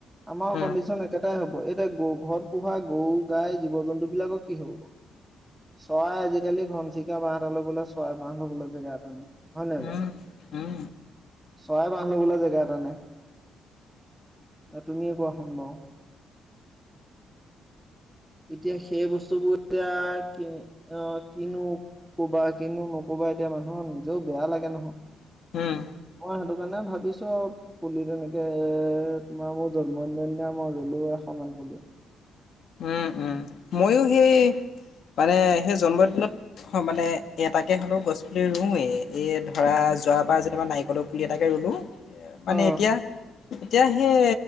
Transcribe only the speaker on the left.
উম
উম
উম
উম,
উম, উম, ময়ো সেই মানে সেই জন্মদিনত। অ, মানে এটাকে হ'লেও গছ পুলিৰুৱে এ ধৰা যোৱাবাৰ যেতিাবা নাৰিকলৰ পুলি এটাকে ৰুলোঁ মানে
এতিয়া এতিয়া সেই